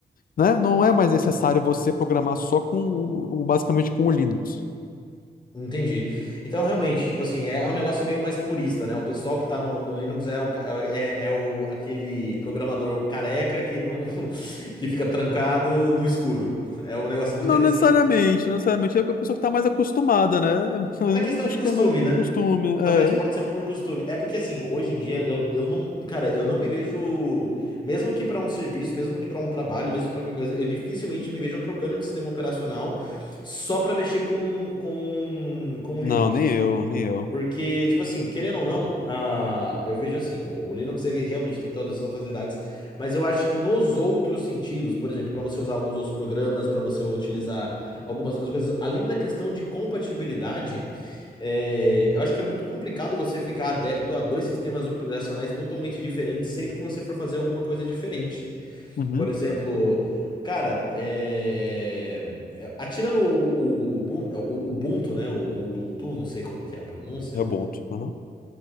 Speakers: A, on the left; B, on the left.
A: né, não é mais necessário você programar só com, o- basicamente com o Linux.
B: Entendi. Então, realmente, tipo assim, é é um negócio meio mais purista, né? O pessoal que tá no, no Linux é, o, ca- é, é é o, aquele programador careca que não, <laughs> que fica trancado no escuro. É um negócio <laughs> mais
A: Não necessariamente,
B: assim.
A: não necessariamente. É a pessoa que tá mais acostumada, né? <laughs> Eu
B: É uma questão
A: Acho
B: de costume,
A: que é mais com
B: né?
A: costume, é.
B: Talvez pode ser por costume. É porque assim, hoje em dia eu, eu não, cara, eu não me vejo, mesmo que pra um serviço, mesmo que pra um trabalho, mesmo pra qualquer coisa, eu dificilmente me vejo trocando de sistema operacional só pra mexer com com com o
A: Não,
B: Linux.
A: nem eu, nem eu.
B: Porque, tipo assim, querendo ou não, ah, eu vejo assim, o, o Linux ele realmente tem todas essas facilidades, mas eu acho que nos outros sentidos, por exemplo, para você usar alguns outros programas, para você utilizar algumas outras coisas, além da questão de compatibilidade, é, eu acho que é muito complicado você ficar adepto a dois sistemas operacionais totalmente diferentes sempre que você for fazer alguma coisa diferente.
A: Uhum.
B: Por exemplo, cara, é, é, atira no o, o, Ubun- é, o Ubuntu, né? O Ubuntu, não sei como que é a pronúncia,
A: É Ubuntu. Uhum.